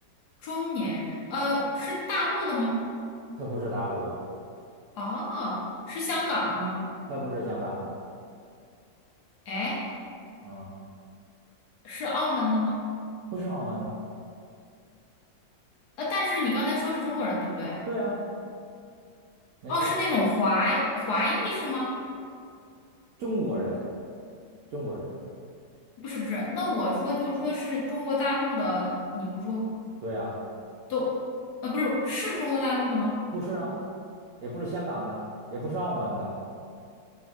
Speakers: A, on the left; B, on the right.
A: 中年人，呃，是大陆的吗？
B: 他不是大陆的，
A: 哦，是香港的吗？
B: 他不是香港的，
A: 哎，
B: 嗯，
A: 是澳门的吗？
B: 不是澳门的，
A: 呃，但是你刚才说是中国人，对不对？
B: 对啊，没错儿，
A: 哦，是那种华华裔是吗？
B: 中国人，中国人，
A: 不是不是，那我说就是说是中国大陆的，你不是说
B: 对啊，
A: 都，呃，不是，是中国大陆的吗？
B: 不是啊，也不是香港的，也不是澳门的，